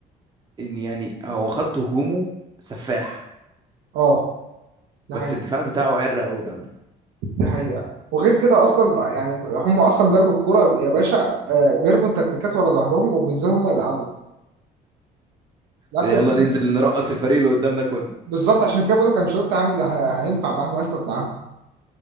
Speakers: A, on the right (about 25°); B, on the right (about 80°).
A: إن يعني هو خط هجومه سفاح
B: اه ده
A: بس الدفاع بتاعه عرق قوي بأمانة
B: دي حقيقة وغير كده اصلا ما- يعني هم اصلا بياخدوا الكرة يا باشا آه، بيرموا التكتيكات ورا ظهرهم وبينزلوا هم يلعبوا لعبت
A: يعني
B: ال-
A: يلا ننزل نرقص الفريق اللي قدامنا كله
B: بالظبط عشان كده بقول لك انشيلوتي عامل اللي هي- هينفع معاهم ويسند معاهم